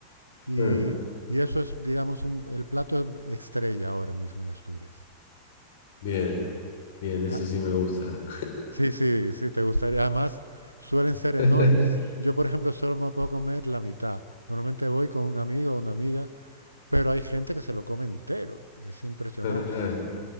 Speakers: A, on the right; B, on the left.
A: Y,
B: ah,
A: y eso es, digamos, un- el plato estrella ahora mismo en Asturias.
B: Bien, bien, eso
A: Ah,
B: sí me gusta.
A: sí, sí, sí, te gustaría. Además, suelen
B: <laughs>
A: ser enormes. Yo, por ejemplo, solo me puedo comer la mitad. Normalmente voy con un amigo o una amiga, pero hay gente que se lo come entero. Es impresionante.
B: <laughs>